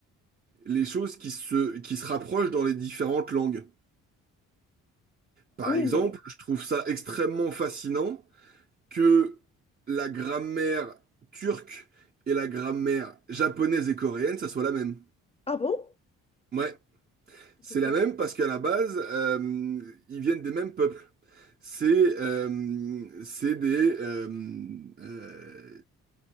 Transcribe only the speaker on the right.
les choses qui se, qui se rapprochent dans les différentes langues. Par
exemple,
je trouve ça extrêmement fascinant que la grammaire turque et la grammaire japonaise et coréenne, ça soit la même.
Ouais, C'est
la même parce qu'à la base, euh, ils viennent des mêmes peuples. C'est euh, c'est des, euh, euh,